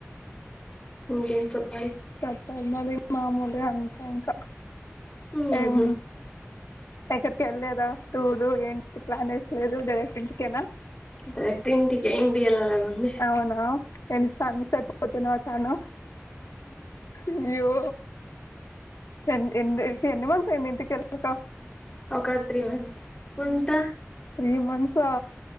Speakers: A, on the left; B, on the left.
A: ఇంకేం చెప్
B: తప్పదు మరి మామూలు అంత ఇంకా
A: ఉహు
B: ఏం ఎక్కడికి వెళ్లలేదా టూర్ ఏంటి ప్లాన్ వేస్తాలేదు డైరెక్ట్ ఇంటికేనా
A: డైరెక్ట్ ఇంటికి ఇంటికి వెళ్ళాలని ఉంది
B: అవునా నేను చానా మిస్ ఐపోతున్నా చానా అయ్యో ఎన్ ఎన్ని ఎన్ని మంత్స్ అయింది ఇంటికి వెళ్ళక
A: ఒక త్రీ మంత్స్ ఉంట
B: త్రీ మంత్సా